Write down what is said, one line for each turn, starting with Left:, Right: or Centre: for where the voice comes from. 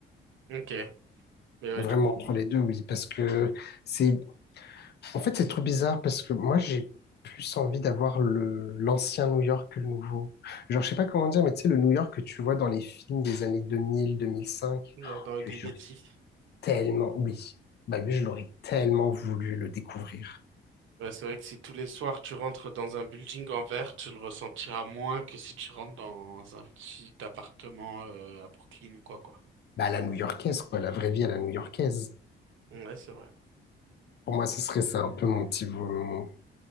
Right: Ok, mais ouais,
Left: Vraiment,
Right: du coup,
Left: entre
Right: euh,
Left: les deux, oui, parce que c'est... En fait, c'est trop bizarre, parce que moi, j'ai plus envie d'avoir le l'ancien New York que le nouveau. Genre, je sais pas comment dire, mais tu sais, le New York que tu vois dans les films des années 2000, 2005,
Right: genre dans Ugly
Left: J'aurais
Right: Betty.
Left: tellement, oui, bah lui, je l'aurais tellement voulu le découvrir.
Right: Ouais, c'est vrai que si tous les soirs tu rentres dans un building en verre, tu le ressentiras moins que si tu rentres dans un petit appartement euh, à Brooklyn ou quoi, quoi.
Left: Bah, à la new-yorkaise, quoi, la vraie vie à la new-yorkaise.
Right: Ouais, c'est vrai.
Left: Pour moi, ce serait ça un peu mon petit, vo- mon,